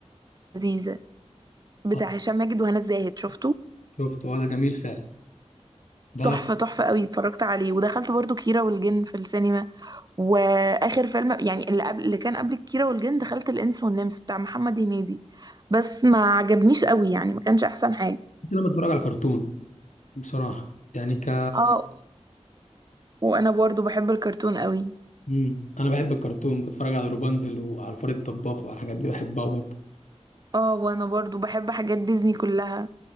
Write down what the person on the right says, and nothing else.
اللذيذة بتاع
هشام ماجد وهنا الزاهد شفته
تحفة تحفة قوي اتفرجت عليه ودخلت برضه كيرة والجن في السينما واخر فيلم يعني اللي قبل اللي كان قبل كيرة والجن دخلت الانس والنمس بتاع محمد هنيدي بس ما عجبنيش قوي يعني ما كانش احسن حاجة
اه وانا برضه بحب الكرتون قوي
اه وانا برضه بحب حاجات ديزني كلها